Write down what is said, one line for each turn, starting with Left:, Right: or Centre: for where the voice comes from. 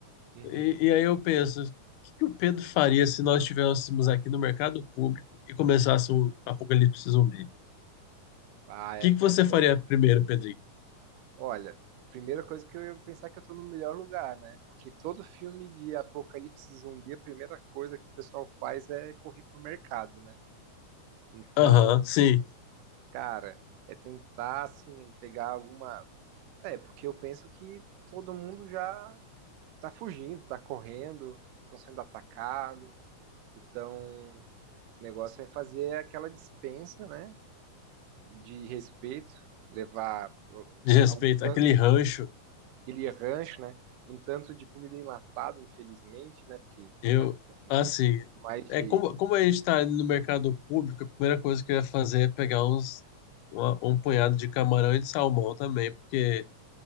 Right: uhum.
Left: E, e aí eu penso, o que que o Pedro faria se nós estivéssemos aqui no mercado público e começasse um apocalipse zumbi? O
Right: Ah, é-
Left: que que
Right: essa
Left: você faria
Right: é...
Left: primeiro, Pedrinho?
Right: Olha, primeira coisa que eu ia pensar que eu tô no melhor lugar, né? Porque todo filme de apocalipse zumbi, a primeira coisa que o pessoal faz é correr pro mercado, né? Então,
Left: Aham, sim,
Right: cara, é tentar, assim, pegar alguma... É, porque eu penso que todo mundo já tá fugindo, tá correndo, estão sendo atacados. Então... O negócio é fazer aquela dispensa, né? De respeito, levar
Left: de respeito,
Right: algum, tan-
Left: aquele
Right: um-
Left: rancho,
Right: aquele rancho, né? Um tanto de comida enlatada, infelizmente, né? Porque
Left: eu,
Right: para ter um
Left: assim,
Right: pouco mais
Left: é
Right: de
Left: como, como a gente está no mercado público, a primeira coisa que eu ia fazer é pegar uns, uma- um punhado de camarão e de salmão também, porque